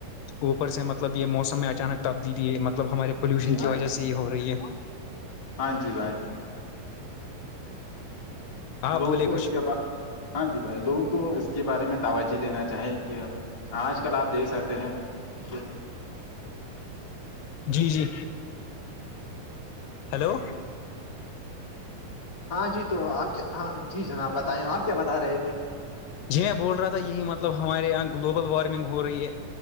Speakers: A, on the left; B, on the left.
A: اوپر سے مطلب یہ موسم میں اچانک تبدیلی ہے مطلب ہمارے پولوشن
B: جی بھائی
A: کی وجہ سے یہ ہو رہی ہے
B: ہاں جی بائے
A: آپ
B: لوگوں
A: بولے
B: کو
A: کچھ
B: اس کے ب ہاں جی بھائی لوگوں کو اس کے بارے میں توجہ دینا چاہیے کہ آج کل آپ دیکھ سکتے ہیں کہ
A: جی جی ہیلو
B: ہاں جی تو آپ کیا ہاں جی جناب بتائیں آپ کیا بتا رہے تھے
A: جی میں بول رہا تھا یہی مطلب ہمارے یہاں گلوبل وارمنگ ہو رہی ہے